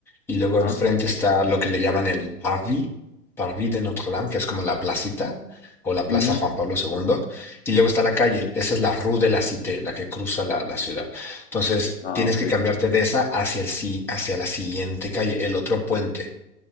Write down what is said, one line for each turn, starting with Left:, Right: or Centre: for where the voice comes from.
Centre: y luego
Left: Ajá.
Centre: enfrente está lo que le llaman el Parvis, Parvis de Notre Dame, que es como la placita o la
Left: Ujú,
Centre: Plaza Juan Pablo II, y luego está la calle,
Left: sí.
Centre: esa es la Rue de la Cité, la que cruza la, la ciudad. Entonces,
Left: Ah,
Centre: tienes
Left: ok.
Centre: que cambiarte de esa hacia, el, si- hacia la siguiente calle, el otro puente,